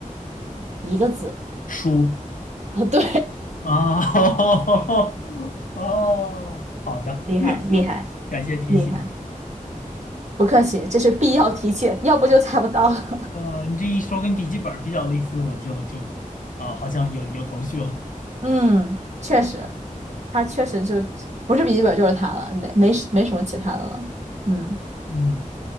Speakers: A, on the right; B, on the left.
A: 一个字。
B: 书。
A: 哦，对，
B: 哦 <laughs> 哦，好的，
A: <laughs> 厉害厉害
B: 感谢提醒。
A: 厉害，不客气，这是必要提现，要不就猜不到了。
B: 呃，你这一说跟笔记本儿比较类似，我就就啊、好像有有头绪了。
A: <laughs> 嗯，确实，它确实就不是笔记本就是它了，没没什没什么其他的了。嗯，
B: 嗯，